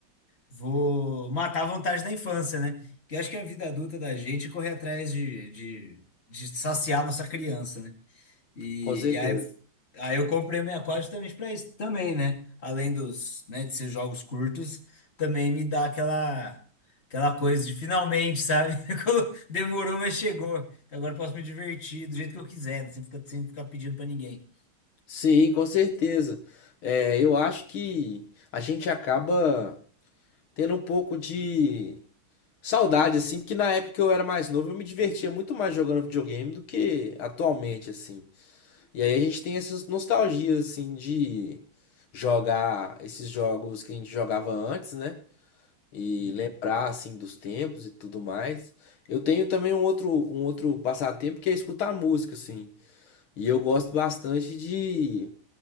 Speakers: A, on the left (about 30°); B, on the left (about 80°).
A: Vou matar a vontade da infância, né? Que eu acho que a vida adulta da gente é correr atrás de, de, de saciar nossa criança, né? E,
B: com certeza.
A: e aí, aí eu comprei o 64 justamente pra isso também, né? Além dos, né, de ser jogos curtos, também me dá aquela, aquela coisa de finalmente, sabe? <laughs> Quando Demorou, mas chegou. Agora eu posso me divertir do jeito que eu quiser, né? sem ficar, sem ficar pedindo pra ninguém.
B: Sim, com certeza. É, eu acho que a gente acaba tendo um pouco de saudade, assim, porque na época que eu era mais novo, eu me divertia muito mais jogando videogame do que atualmente, assim. E aí a gente tem essas nostalgias, assim, de jogar esses jogos que a gente jogava antes, né? E
A: Uhum.
B: lembrar, assim, dos tempos e tudo mais. Eu tenho também um outro, um outro passatempo que é escutar música, assim. E eu gosto bastante de,